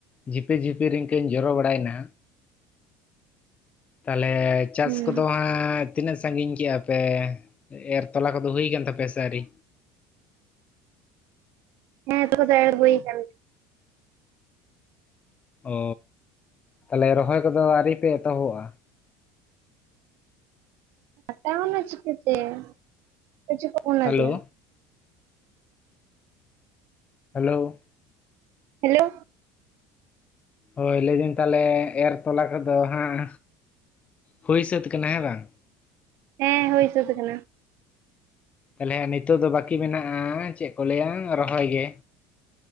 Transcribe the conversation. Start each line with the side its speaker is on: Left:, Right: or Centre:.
Left: ᱡᱷᱤᱯᱨ ᱡᱷᱤᱯᱨ ᱨᱤᱝᱠᱟᱹᱧ ᱡᱚᱨᱚ ᱵᱟᱲᱟᱭᱱᱟ ᱛᱟᱦᱞᱮ ᱪᱟᱥ
Right: ᱦᱩᱸ
Left: ᱠᱚᱫᱚ ᱦᱟᱸᱜ ᱛᱤᱱᱟᱹᱜ ᱥᱟᱹᱜᱤᱧ ᱠᱮᱫᱼᱟ ᱯᱮ ᱮᱨ ᱛᱚᱞᱟ ᱠᱚᱫᱚ ᱦᱩᱭ ᱟᱠᱟᱱ ᱛᱟᱯᱮᱭᱟ ᱥᱮ ᱟᱹᱨᱤ
Right: ᱦᱮ ᱛᱚᱵᱮ ᱫᱚ ᱮᱰ ᱦᱚᱭ ᱠᱟᱱᱟ᱾
Left: ᱚ ᱛᱟᱦᱚᱞᱮ ᱨᱚᱦᱚᱭ ᱠᱚᱫᱚ ᱟᱹᱣᱨᱤ ᱯᱮ ᱮᱛᱚᱦᱚᱵᱚᱜᱼᱟ
Right: ᱠᱟᱴᱟᱣ ᱱᱟ ᱪᱤᱠᱟᱹᱛᱮ ᱚᱠᱚᱭ ᱪᱚ ᱠᱚ ᱯᱷᱚᱱ
Left: ᱦᱮᱞᱳ
Right: ᱟᱫᱮ
Left: ᱦᱮᱞᱳ
Right: ᱦᱮᱞᱳ
Left: ᱦᱳᱭ ᱞᱟᱹᱭᱫᱟᱹᱧ ᱛᱟᱦᱚᱞᱮ ᱮᱨ ᱛᱚᱞᱟ ᱠᱚᱫᱚ ᱦᱟᱸᱜ ᱦᱩᱭ ᱥᱟᱹᱛ ᱠᱟᱱᱟ ᱦᱮᱸ ᱵᱟᱝ‍?
Right: ᱦᱮᱸ ᱦᱩᱭ ᱥᱟᱹᱛ ᱟᱠᱟᱱᱟ᱾
Left: ᱛᱟᱦᱚᱞᱮ ᱦᱮ ᱱᱤᱛᱚᱜ ᱫᱚ ᱵᱟᱹᱠᱤ ᱢᱮᱱᱟᱜᱼᱟ ᱪᱮᱫ ᱠᱚ ᱞᱟᱹᱭᱟ ᱨᱚᱦᱚᱭ ᱜᱮ